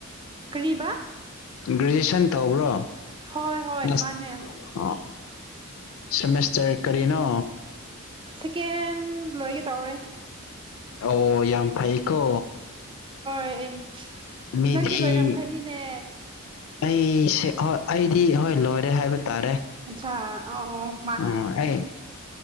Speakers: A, on the right; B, on the left.
A: ꯀꯔꯤꯕꯥ
B: ꯒ꯭ꯔꯦꯖꯨꯑꯌꯦꯁꯟ ꯇꯧꯕ꯭ꯔꯣ
A: ꯍꯣꯏ ꯍꯣꯏ
B: ꯑ
A: ꯃꯥꯅꯦ
B: ꯁꯦꯃꯦꯁꯇꯔ ꯀꯔꯤꯅꯣ
A: ꯁꯦꯀꯦꯟ ꯂꯣꯏꯒꯦ ꯇꯧꯔꯦ
B: ꯑꯣ ꯌꯥꯝ ꯐꯩꯀꯣ
A: ꯄ <inaudible>
B: ꯃꯤꯗꯤ
A: ꯅꯪꯗꯤ ꯂꯣꯏꯔꯝꯈꯅꯤꯅꯦ
B: ꯑꯩꯁꯦ ꯍꯣꯏ ꯑꯩꯗꯤ ꯍꯣꯏ ꯂꯣꯏꯔꯦ ꯍꯥꯏꯕ ꯇꯥꯔꯦ
A: ꯑꯠꯁꯥ ꯑꯣ ꯑꯣ
B: ꯎꯝ ꯑꯩ